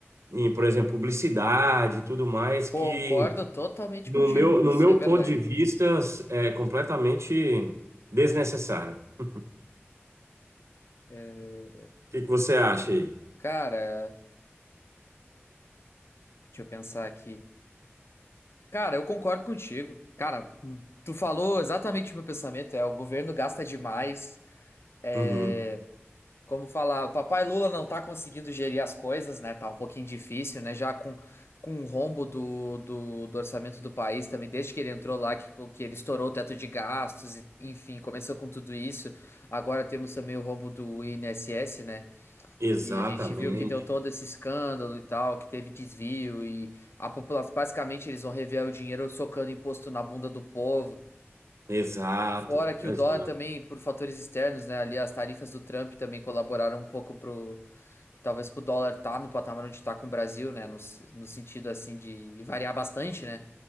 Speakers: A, on the right (about 85°); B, on the left (about 65°).
A: em, por exemplo, publicidade e tudo mais, que
B: Concordo totalmente
A: no
B: contigo.
A: meu, no
B: Isso
A: meu
B: é verdade.
A: ponto de vista é completamente desnecessário. O
B: É,
A: que que você acha aí?
B: Cara, deixa eu pensar aqui. Cara, eu concordo contigo. Cara, tu falou exatamente o meu pensamento. É, o governo gasta demais. é,
A: Uhum.
B: Como falar, o papai Lula não tá conseguindo gerir as coisas, né? Tá um pouquinho difícil, né? Já com, com o rombo do, do, do orçamento do país também, desde que ele entrou lá, que, que ele estourou o teto de gastos, e, enfim, começou com tudo isso. Agora temos também o rombo do INSS, né?
A: Exatamente,
B: Que a gente viu que deu todo esse escândalo e tal, que teve desvio e a população, basicamente, eles vão rever o dinheiro socando imposto na bunda do povo.
A: exato,
B: Fora que
A: exato.
B: o dólar também, por fatores externos, né? Ali as tarifas do Trump também colaboraram um pouco para Talvez pro dólar tá no patamar onde tá com o Brasil, né? No, no sentido assim de variar bastante, né?